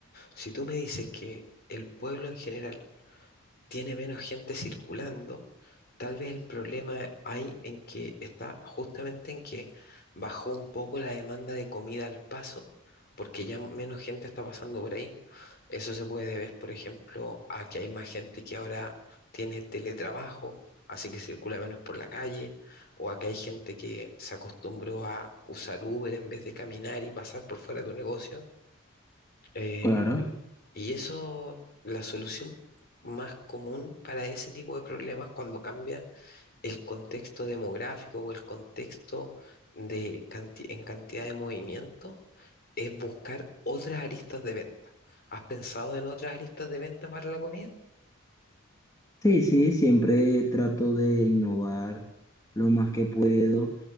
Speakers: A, on the left; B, on the left.
A: Si tú me dices que el pueblo en general tiene menos gente circulando, Tal vez el problema hay en que está justamente en que bajó un poco la demanda de comida al paso, porque ya menos gente está pasando por ahí. Eso se puede ver, por ejemplo, a que hay más gente que ahora tiene teletrabajo, así que circula menos por la calle, o a que hay gente que se acostumbró a usar Uber en vez de caminar y pasar por fuera de un negocio. Eh,
B: Claro.
A: y eso, la solución más común para ese tipo de problemas cuando cambia el contexto demográfico o el contexto de canti- en cantidad de movimiento es buscar otras aristas de venta. ¿Has pensado en otras aristas de venta para la comida?
B: Sí, sí, siempre trato de innovar lo más que puedo,